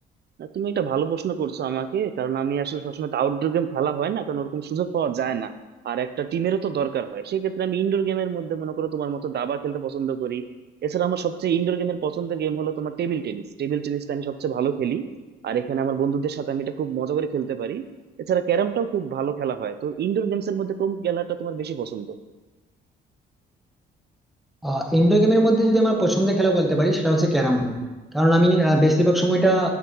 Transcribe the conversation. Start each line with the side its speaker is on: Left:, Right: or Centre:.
Right: না তুমি এটা ভালো প্রশ্ন করছো আমাকে কারণ আমি আসলে সবসময় তো আউটডোর গেম খেলা হয় না কারণ ওরকম সুযোগ পাওয়া যায় না আর একটা টিমেরও তো দরকার হয় সেক্ষেত্রে আমি ইনডোর গেমের মধ্যে মনে করো তোমার মতো দাবা খেলতে পছন্দ করি এছাড়া আমার সবচেয়ে ইনডোর গেমের পছন্দের গেম হলো তোমার টেবিল টেনিস টেবিল টেনিসটা আমি সবচেয়ে ভালো খেলি আর এখানে আমার বন্ধুদের সাথে আমি এটা খুব মজা করে খেলতে পারি এছাড়া ক্যারামটাও খুব ভালো খেলা হয় তো ইনডোর গেমস এর মধ্যে কোন খেলাটা তোমার বেশি পছন্দ
Centre: আহ ইনডোর গেমের মধ্যে যদি আমার পছন্দের খেলা বলতে পারি সেটা হচ্ছে ক্যারাম বোর্ড কারণ আমি আহ, বেশিরভাগ সময়টা